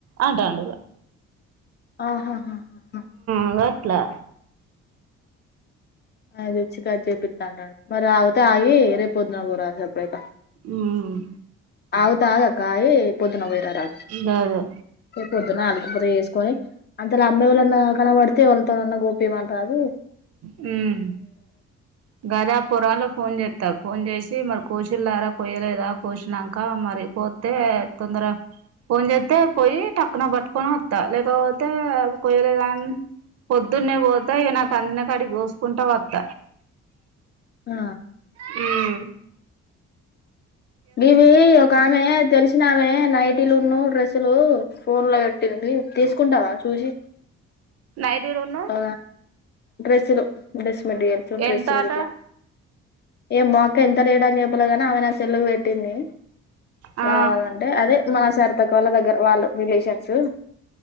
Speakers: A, on the right; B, on the left.
A: అంటాండు
B: ఆహాహా హ హ
A: అంగట్లా
B: అదిచ్చి కట్ చేపిద్దా అంటన్నడు మరి ఆగుతే ఆగి రేప్ పొద్దున పోత అన్ చెపేక
A: ఉమ్
B: అవు తాగా కాయే పొద్దున పొయ్ రారా
A: గదే
B: పొద్దున అలికిపూత చేసుకొని అంతలో అమ్మ ఎవలన్న కనపడితే వాళతోనన్నా గోపిమంటాది
A: హుం గదా పోరగాండ్లు ఫోన్ చేత్ త్త ఫోన్ చేసి మరి కోశిల్లారా కొయ్యలేదా కోసినంక మరి కొత్తే తొందర ఫోన్ చెత్తే పోయి టక్కున పట్టుకొని వత్త లేకపోతే కొయ్యలేదా అని పొద్దున్నే పోతె ఇగ నాక్ కన్నకాడి కోసుకుంట వత్త
B: ఆ
A: మ్
B: ఇవి ఒక ఆమె తెలిసిన ఆమె నైటిలును డ్రెస్ తులు ఫోన్ లో పెట్టింది తీసుకుంటావ చూసి
A: నైటీలున్ను
B: ఆ డ్రెస్సులు డ్రెస్ <unintelligible> డ్రెస్సులు
A: ఎంతాట
B: గిట్ల ఏమోక్క ఎంత రేటని చెప్పలే గాని ఆమె నా సెల్లుకి పెట్టింది
A: ఆ
B: కావాలంటె అదె మా సరితక్క వాళ్ళ దగ్గర వాళ్ళు రిలేషన్స్